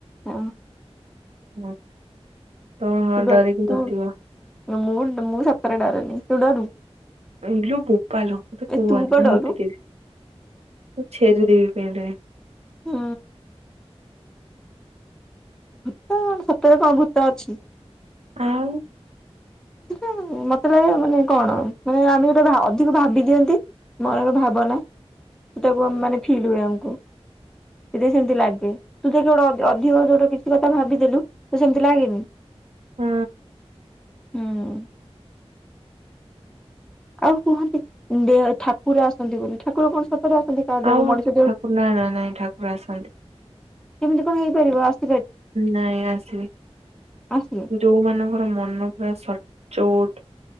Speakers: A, in the centre; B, on the right (about 75°).
A: ହ।
B: ହଁ ହ ହଁ
A: ତୁ ଡ
B: ଦରିକୁ
A: ତୁ
B: ମୂତିବ।
A: ମୁଁ ମୁଁ ସତରେ ଡରେନି ତୁ ଡରୁ?
B: ଇଲୋ ବୋପାଲ କୁହନି
A: ଏ ତୁ ପା ଡରୁ
B: ମୁଁତିଦେବି ମୁଁ ଛେରି ଦେ ପଣ୍ଡ <unintelligible>
A: ହୁଁ। ଭୂତ କଣ ସତରେ କଣ ଭୂତ ଅଛି?
B: ଆଉ।
A: <inaudible> ମତେ ଲାଗେ ମାନେ କଣ ମାନେ ଆମେ ଗୋଟେ ଅଧିକ ଭାବି ଦିଅନ୍ତି ମନର ଭାବନା। ସେ ତାକୁ ମାନେ ଫିଲ୍ ହୁଏ ଆମକୁ। ସେ ଯେ ସେମତି ଲାଗେ ତୁ ଦେଖେ ଗୋଟେ ଅଧି ଅଧିକ ଜଉଟା କିଛି କଥା ଭାବିଦେଲୁ ତ ସେମିତି ଲାଗେନି।
B: ହଁ।
A: ହୁଁ। ଆଉ କୁହନ୍ତି ଦେ ଠାକୁର ଆସନ୍ତି ବୋଲି ଠାକୁର କଣ? ସତରେ ଆସନ୍ତି କାହା ଦେହକୁ
B: ଆଉ
A: ମଣିଷ ଦେହକୁ?
B: ଠାକୁର ନା ନାନା ନାଇ ନାଇଁ ଠାକୁର ଆସନ୍ତି।
A: କେମିତି କଣ ହେଇପାରିବ? ଆସ୍
B: ନାଇଁ ଆସିବେ।
A: ଆସିବେ
B: ଯୋଉମାନଙ୍କର ମନ ପୁରା ସ ଚଉଟ